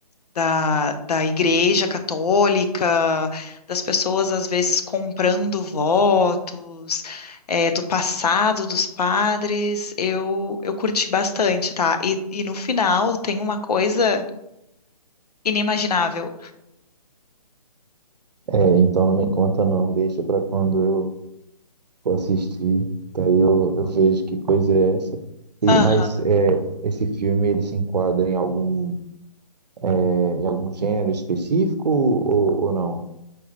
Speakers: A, on the left (about 70°); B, on the right (about 80°).
A: da, da Igreja Católica, das pessoas às vezes comprando votos, é, do passado dos padres, eu, eu curti bastante, tá? E, e no final tem uma coisa Inimaginável.
B: É, então não me conta não, deixa para quando eu for assistir, que aí eu, eu vejo que coisa é essa. E,
A: Ah,
B: mas é, esse filme ele se enquadra em algum, é, em algum gênero específico ou, ou não?